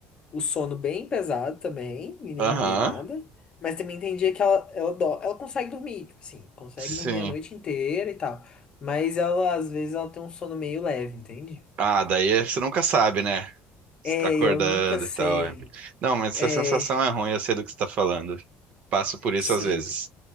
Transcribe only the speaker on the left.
o sono bem pesado também, e nem
vê nada. Mas também tem dia que ela, ela, dó- ela consegue dormir, tipo assim, consegue
dormir a noite inteira e tal. Mas ela, às vezes, ela tem um sono meio leve, entende?
É,
eu nunca sei.
É,
sim,